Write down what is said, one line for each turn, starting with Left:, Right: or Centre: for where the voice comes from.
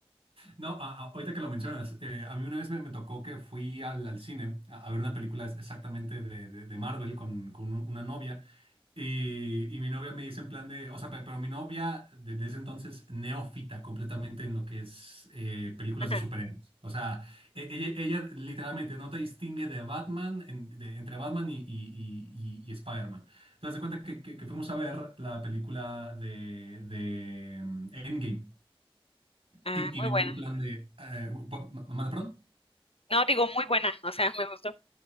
Right: No, a- a- ahorita que lo mencionas, eh, a mí una vez me, me tocó que fui al, al cine a, a ver una película es- exactamente de, de- de Marvel con, con un- una novia y, y mi novia me dice en plan de, o sea, pe- pero, mi novia desde ese entonces neófita completamente en lo que es eh, películas
Left: Ajá.
Right: de superhéroes. O sea, e- ella, ella literalmente no te distingue de Batman, en- de- entre Batman y, y, y, y- y Spider-Man. Entonces, de cuenta que, que- que fuimos a ver la película de, de mm, Endgame.
Left: Ah,
Right: Y, y
Left: muy
Right: me dio
Left: buena.
Right: en plan de... Eh, pa- ma- ¿Manda perdón?
Left: No, digo muy buena, o sea, me gustó.